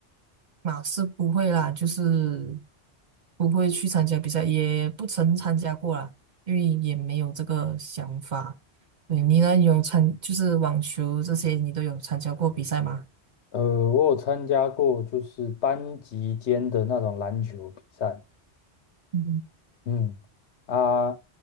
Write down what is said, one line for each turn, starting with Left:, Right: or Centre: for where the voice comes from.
Right: 马是不会啦，就是不会去参加比赛，也不曾参加过啦，因为也没有这个想法。对，你呢？有参，就是网球这些，你都有参加过比赛吗？
Left: 呃，我有参加过就是班级间的那种篮球比赛，
Right: 嗯，
Left: 嗯，啊，